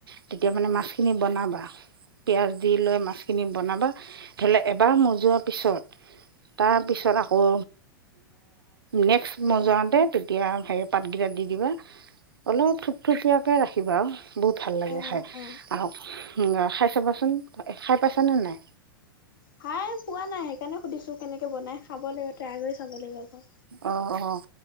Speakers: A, on the right (about 75°); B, on the left (about 65°).
A: তেতিয়া মানে মাছখিনি বনাবা, পিয়াঁজ দি লৈ মাছখিনি বনাবা, ধৰি ললে এবাৰ মজোৱাৰ পিছত তাৰ পিছত তাৰপিছত আকৌ নেক্স
B: অ',
A: মজোৱাতে এতিয়া হেৰি পাতকেইটা দি দিবা অলপ থুপথুপিয়াকে ৰাখিবা আৰু বহুত ভাল লাগে
B: অ',
A: খাই।
B: অ',
A: আহক অ খাই চাবাচোন খাই পাইছানে নাই।
B: খাই পোৱা নাই সেইকাৰণে সুধিছো কেনেকে বনাই। খাব লাগিব, ট্ৰাই কৰি চাব লাগিব আকৌ।
A: অ' অ'